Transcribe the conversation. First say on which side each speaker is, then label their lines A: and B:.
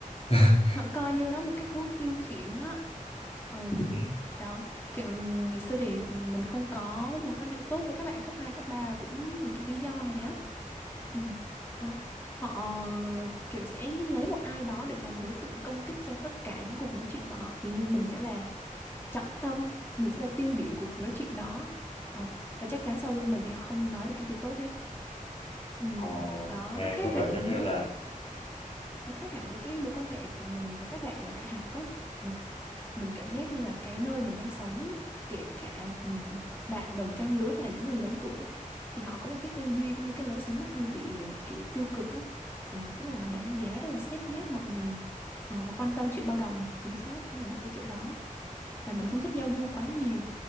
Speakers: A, on the left; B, on the left.
A: <laughs>
B: họ họ coi như nó một cái thú tiêu khiển á Ừ,
A: Ừm,
B: đó, kiểu ngày xưa thì mình không có mối quan hệ tốt với các bạn cấp 2 cấp 3 là cũng vì cái lý do này á. Ừ. Đó, họ kiểu sẽ lấy một ai đó để làm đối tượng công kích cho tất cả những cuộc nói chuyện của họ. Giống như mình sẽ là trọng tâm, mình sẽ là tiêu điểm của cuộc nói chuyện đó. Ừ. Và chắc chắn sau lưng mình thì họ không nói được cái gì tốt hết. Ừ.
A: Ồ,
B: Đó,
A: nghe
B: nó khác
A: có
B: hẳn,
A: vẻ giống như là
B: nó khác hẳn với cái mối quan hệ của mình với các bạn ở đại học á. Ừ. Mình cảm giác như là cái nơi mình đang sống, kể cả, ừm, bạn đồng trang lứa hay là những người lớn tuổi thì họ có một cái tư duy cũng như cái lối sống nó hơi bị, kiểu, tiêu cực á. Ừ, rất là đánh giá, rất là xét nét mọi người, ờ, và quan tâm chuyện bao đồng, chính xác, nó nằm ở cái chỗ đó. Là mình không thích giao du quá nhiều,